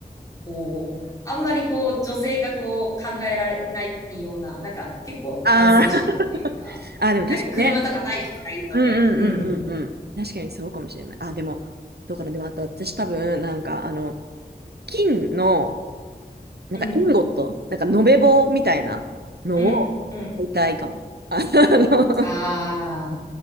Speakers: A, on the left; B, on the right.
A: こう、あんまりこう、女性がこう、考えられないような、なんか結構男性思考っていうか、
B: あー <laughs> あー、でも確かにね。
A: なんか車とかバイクとかいいとね、
B: うんうんうんうんうん。
A: うん、
B: 確かにそうかもしれない。あ、でも、どうかな。でもあと私多分、なんかあの、金の、なんかインゴット、
A: うん、
B: なんか延べ棒みたいなのを買いたいかも。
A: うん、うん。
B: ああの、
A: ああ。